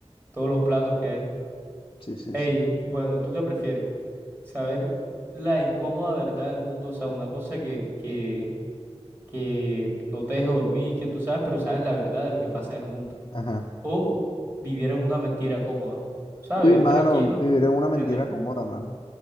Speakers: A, on the right; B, on the left.
A: todos los platos que hay.
B: Sí, sí,
A: Ey,
B: sí.
A: bueno, ¿tú qué prefieres? Saber la incómoda verdad del mundo, o sea, una cosa que, que, que no te deje dormir, que tú sabes, pero sabes la verdad de lo que pasa en el mundo.
B: Ajá.
A: O vivir en una mentira cómoda. ¿Sabes?
B: Uy,
A: Vivir
B: mano,
A: tranquilo.
B: vivir en una mentira
A: en la-
B: cómoda, mano.